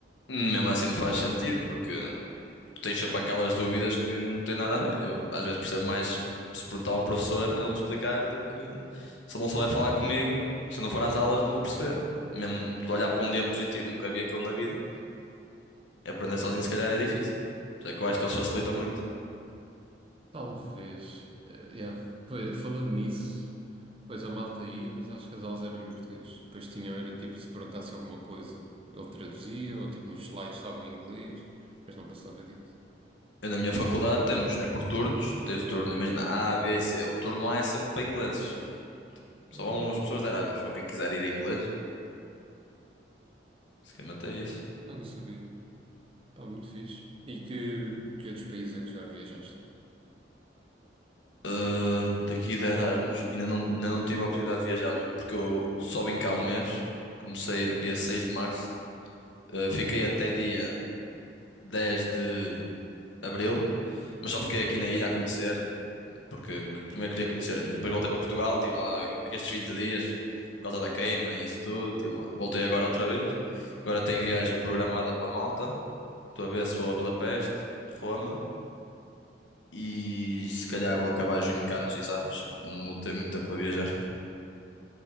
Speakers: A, on the left; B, on the right.
A: Mesmo assim não faz sentido, porque tu tens sempre aquelas dúvidas que não têm nada a ver. Eu às vezes percebo mais se perguntar a um professor, ele me explicar, do que se ele não souber falar comigo, se eu não for às aulas não vou perceber. Mesmo tu olhar para um diapositivo, nunca vi aquilo na vida. Aprender sozinho se calhar é difícil. Por isso é que eu acho
B: Ora,
A: que eles facilitam muito.
B: Talvez. eh, yeah. Pois, Falando nisso, pois a malta ia, mas acho que as aulas eram em português. Depois tinham, era tipo, se perguntasse alguma coisa, ele traduzia, ou tipo, nos slides estavam em inglês, mas não passava disso.
A: Eu, na minha faculdade temos, é por turnos, tens o turno, imagina, A, B e C. O turno A é sempre para ingleses.
B: Ah,
A: Só vão as pessoas de Erasmus, ou quem quiser ir em inglês. Basicamente é isso.
B: ah, não sabia. Pá, muito fixe. E que, que outros países é que já viajaste?
A: Uh, daqui de Erasmus, ainda não, ainda não tive a oportunidade de viajar muito, porque eu só vim cá um mês. Comecei no dia seis de março, Uh, fiquei até dia dez de abril, mas só fiquei aqui na ilha a conhecer, porque que- primeiro queria conhecer a ilha. Depois voltei para Portugal, estive lá estes 20 dias por causa da queima e isso tudo, estive lá. Voltei agora outra vez. Agora tenho viagem programada para Malta. Estou a ver se vou a Budapeste, Roma e se calhar vou acabar junho cá nos exames, porque não vou ter muito tempo para viajar.